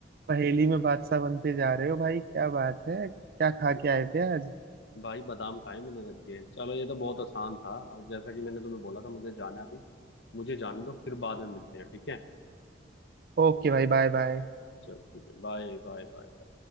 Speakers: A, on the right; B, on the left.
A: पहेली में बादशाह बनते जा रहे हो भाई क्या बात है क्या खा
B: ये-
A: के आए थे आज
B: भाई बादाम खाए मैंने रच के चलो ये तो बहुत आसान था और जैसा कि मैंने तुम्हें बोला था मुझे जाना है अभी मुझे जाने दो फिर बाद में मिलते हैं ठीक है
A: ओके भाई बाय बाय
B: चलो ठीक है बाय बाय बाय